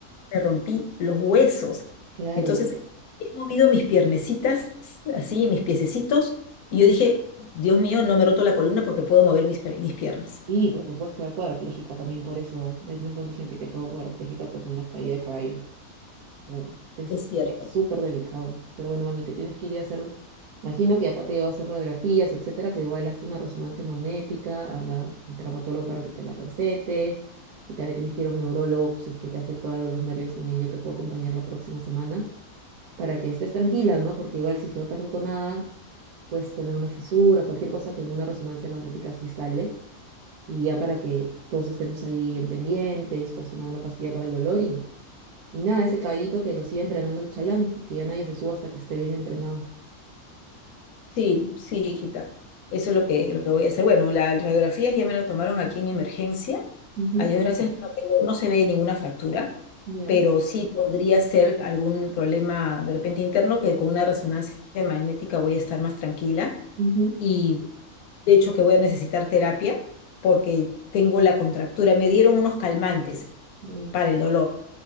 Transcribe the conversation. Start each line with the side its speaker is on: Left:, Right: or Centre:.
Left: me rompí los huesos.
Right: claro.
Left: Entonces he movido mis piernecitas, así, mis piececitos, y yo dije, Dios mío, no me he roto la columna porque puedo mover mis, per- mis piernas.
Right: Y pues te puedes quedar cuadraplégica también por eso. Hay un montón de gente que quedó cuadraplégica por una caída de caballo. Mm, Es,
Left: Es cierto.
Right: es súper delicado. Pero bueno, mami, te tienes que ir a hacerlo. Imagino que ya te lleva a hacer radiografías, etcétera, pero igual hazte una resonancia magnética, anda a un traumatólogo para que te la recete. Si tal vez tienes que ir a un neurólogo, si es que te afectó algo los nervios también, yo te puedo acompañar la próxima semana para que estés tranquila, ¿no? Porque igual si es que no te has roto nada, puedes tener una fisura, cualquier cosa que en una resonancia magnética sí sale. Y ya para que todos estemos ahí en pendientes, puedas tomar una pastilla para el dolor y nada, ese caballito que lo sigue entrenando el chalán, que ya nadie se suba hasta que esté bien entrenado.
Left: Sí, sí, hijita. Eso es lo que, lo que voy a hacer. Bueno, las radiografías ya me las tomaron aquí en emergencia.
Right: Ujú,
Left: A Dios gracias, no tengo- no se ve ninguna fractura,
Right: ya.
Left: pero sí podría ser algún problema de repente interno que con una resonancia magnética voy a estar más tranquila
Right: ujú.
Left: y de hecho que voy a necesitar terapia porque tengo la contractura. Me dieron unos calmantes
Right: Uy.
Left: para el dolor